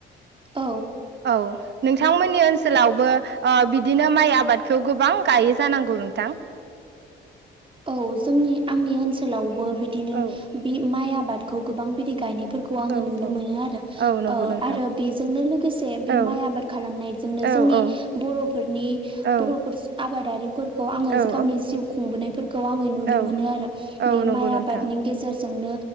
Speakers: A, on the right; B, on the right.
A: औ
B: औ नोंथांमोननि ओनस सोलावबो ओ बिदिनो माइ आबादखौ गोबां गायो जानांगौ नोंथां
A: औ जोंनि आंनि ओनसोलावबो बिदिनो
B: औ
A: बे माइ आबादखौ गोबां बिदि गायनायफोरखौ आङो
B: औ
A: नुनो
B: औ
A: मोनो आरो
B: औ नंगौ
A: ओ
B: नोंथां
A: आरो बेजोंनो लोगोसे बे
B: औ
A: माइ आबाद खालामनाय जोंनो
B: औ
A: जोंनि
B: औ
A: बर'नि
B: औ
A: बर'फोर आबादारि फोरखौ आङो
B: औ
A: गावनि जिउ खुंबोनाय फोरखौ आङो नुनो
B: औ
A: मोनो आरो
B: औ
A: बे
B: नंगौ
A: माइ
B: नोंथां
A: आबादनि गेजेरजोंनो